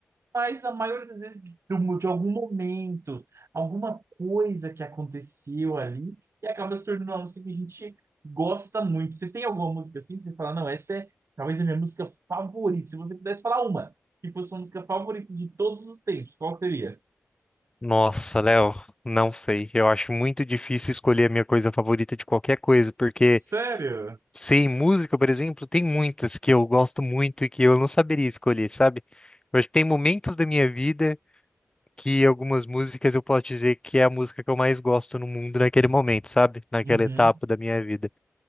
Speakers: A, on the right; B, on the left.
A: Mas a maioria das vezes de, um- de algum momento, alguma coisa que aconteceu ali e acaba se tornando uma música que a gente gosta muito. Você tem alguma música assim que você fala, não, essa é talvez a minha música favorita. Se você pudesse falar uma, que fosse sua música favorita de todos os tempos, qual seria?
B: Nossa, Léo, não sei. Eu acho muito difícil escolher a minha coisa favorita de qualquer coisa, porque,
A: Sério?
B: sim, música, por exemplo, tem muitas que eu gosto muito e que eu não saberia escolher, sabe? Eu acho que tem momentos da minha vida que algumas músicas eu posso dizer que é a música que eu mais gosto no mundo naquele momento, sabe? Naquela
A: Uhum,
B: etapa da minha vida.